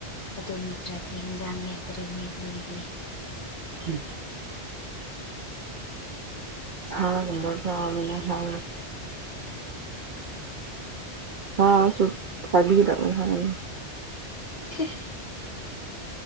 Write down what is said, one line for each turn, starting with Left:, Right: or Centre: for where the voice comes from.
Left: ꯑꯗꯨ ꯅꯠꯇ꯭ꯔꯗꯤ ꯍꯟꯖꯥꯡ ꯂꯩꯇꯔꯛꯅꯤ ꯑꯩꯈꯣꯏꯒꯤꯗꯤ
Right: ꯎꯝ ꯁꯔꯕꯗꯗꯅ ꯍ ꯍꯥꯥ ꯁ ꯊꯑꯣ ꯍꯥꯏ
Left: <unintelligible>